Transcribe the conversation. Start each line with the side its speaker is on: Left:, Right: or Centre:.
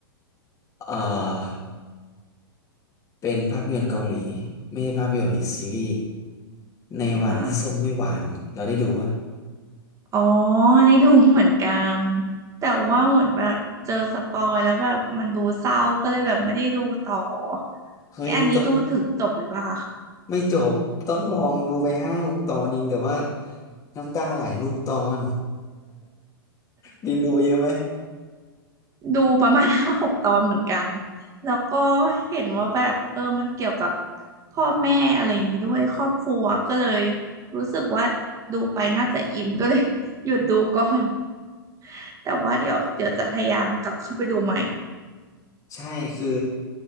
Left: เอ่อเป็นภาพยนตร์เกาหลีไม่ใช่ภาพยนตร์หรือซีรีส์ในวันที่ส้มไม่หวานเราได้ดูปะ
Right: อ่า อ๋อในดูเหมือนกันแต่ว่าหมดแบบเจอสปอยแล้วแบบมันดูเศร้าก็เลยแบบไม่ได้ดูต่อ
Left: เฮ้ยต้อง
Right: เนี่ยอันนี้ดูถึงจบเลยปะคะ
Left: ไม่จบต้องลองดูไปห้าหกตอนเองแต่ว่าน้ำตาไหลทุกตอน บีมดูไปเยอะไหม
Right: ดูประมาณ <laughs> ห้าหกตอนเหมือนกันแล้วก็เห็นว่าแบบเออมันเกี่ยวกับพ่อแม่อะไรอย่างนี้ด้วยครอบครัวก็เลยรู้สึกว่าดูไปน่าจะอินก็เลย <laughs> หยุดดูก่อน <laughs> แต่ว่าเดี๋ยวเดี๋ยวจะพยายามกลับเข้าไปดูใหม่
Left: ใช่คือ